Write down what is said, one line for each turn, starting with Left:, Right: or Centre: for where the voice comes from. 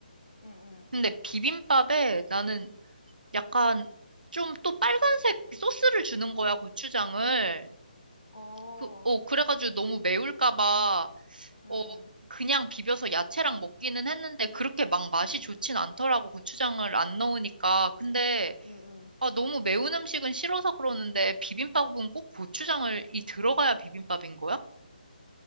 Left: 응,
Right: 근데 비빔밥에 나는 약간 좀 또 빨간색 소스를 주는 거야, 고추장을.
Left: 응. 어,
Right: 그, 어, 그래가지고 너무 매울까 봐,
Left: 응,
Right: 어,
Left: 응,
Right: 그냥 비벼서 야채랑 먹기는 했는데 그렇게 막 맛이 좋진 않더라고, 고추장을 안 넣으니까. 근데,
Left: 응, 응.
Right: 아, 너무 매운 음식은 싫어서 그러는데 비빔밥은 꼭 고추장을 이 들어가야 비빔밥인 거야?